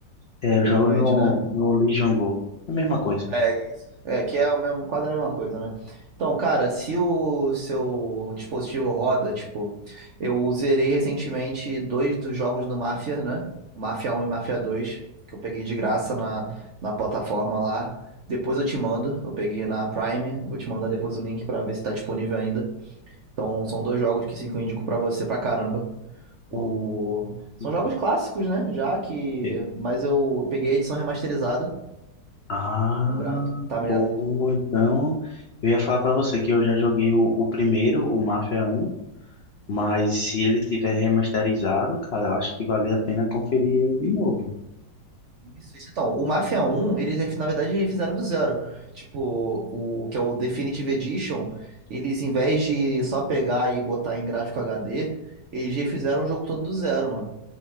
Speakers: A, on the left; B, on the right.
A: É, eu
B: Geralmente,
A: jogo no,
B: né?
A: no Legion Go. É a mesma coisa.
B: É isso. É, que é o mesmo, quase a mesma coisa, né? Então, cara, se o seu dispositivo roda, tipo, eu zerei recentemente dois dos jogos do Mafia, né? O Mafia 1 e o Mafia 2, que eu peguei de graça na, na plataforma lá. Depois eu te mando, eu peguei na Prime, eu vou te mandar depois o link pra ver se tá disponível ainda. Então, são dois jogos que sim, que eu indico pra você pra caramba. O...
A: Bom,
B: São
A: então.
B: jogos clássicos, né? Já que.
A: E-
B: Mas eu peguei a edição remasterizada.
A: Ah,
B: O gráfico tá melhor
A: pô, então eu ia falar pra você que eu já joguei o, o primeiro, o Mafia 1, mas se ele tiver remasterizado, cara, eu acho que vale a pena conferir ele de novo.
B: Isso, isso. Então, o Mafia 1, eles, ref- na verdade, refizeram do zero. Tipo, o que é o Definitive Edition, eles, em vez de só pegar e botar em gráfico HD, eles refizeram o jogo todo do zero, mano.